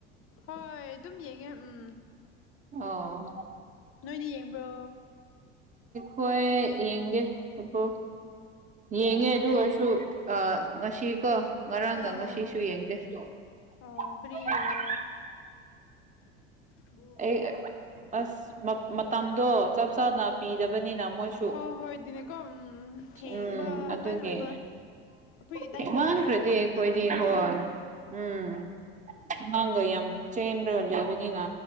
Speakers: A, on the left; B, on the right.
A: ꯍꯣꯏ ꯑꯗꯨꯝ ꯌꯦꯡꯉꯦ ꯎꯝ
B: ꯑꯣ
A: ꯅꯣꯏꯗꯤ ꯌꯦꯡꯕ꯭ꯔꯣ
B: ꯍꯣꯏ ꯌꯦꯡꯒꯦ ꯎꯄꯣ ꯌꯦꯡꯉꯦ
A: ꯑꯠꯆꯥ
B: ꯑꯗꯨ ꯑꯣꯏꯔꯁꯨ ꯑ ꯉꯁꯤꯀꯣ ꯉꯔꯥꯡꯒ
A: ꯑꯥ
B: ꯉꯁꯤꯁꯨ
A: ꯑꯥ
B: ꯌꯦꯡꯗꯦ <unintelligible>
A: ꯑꯣ ꯀꯔꯤꯒꯤꯔꯣ <unintelligible>
B: ꯑꯩ ꯑꯁ ꯃꯞ ꯃꯇꯝꯗꯣ ꯆꯞ ꯆꯥꯅ ꯄꯤꯗꯕꯅꯤꯅ ꯃꯣꯏꯁꯨ
A: ꯍꯣꯏ ꯍꯣꯏ ꯑꯗꯨꯅꯦꯀꯣ ꯎꯝ ꯊꯦꯡꯕ
B: ꯎꯝ ꯑꯗꯨꯒꯤ
A: ꯑꯗꯨꯃꯥꯏꯅ ꯑꯣꯏꯕ ꯑꯩꯈꯣꯏꯒꯤ ꯇꯥꯏꯃꯤꯡꯒꯗꯤ
B: ꯍꯦꯛ ꯃꯥꯡꯈ꯭ꯔꯗꯤ
A: ꯌꯥꯝ ꯃꯥꯟꯅꯗꯕꯤꯒꯤꯀꯣ
B: ꯑꯦꯈꯣꯏꯗꯤ ꯍꯣꯟ ꯎꯝ ꯑꯉꯥꯡꯒ ꯌꯥꯝ ꯆꯦꯟꯔꯒ ꯂꯩꯕꯅꯤꯅ